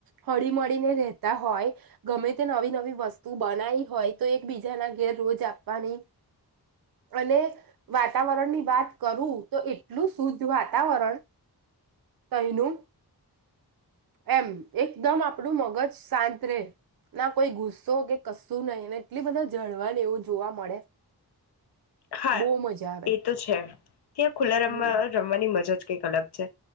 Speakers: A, on the right; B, on the left.
A: હળી મળળીને રહેતા હોય ગમે તે નવી નવી વસ્તુ બનાવી હોય તો એકબીજાના ઘેર રોજ આપવાની અને વાતાવરણની વાત કરું તો એટલું શુદ્ધ વાતાવરણ તનું. એમ એકદમ આપણું મગજ શાંત રે ના કોઈ ગુસ્સો કે કશું નહીં એટલી બધા ઝાડવાને એવું જોવા મળે.
B: હા
A: બહુ મજા આવે
B: એ તો છે ત્યાં ખુલ્લા રમવા
A: હમ
B: રમવાની મજ જ. અલગ છે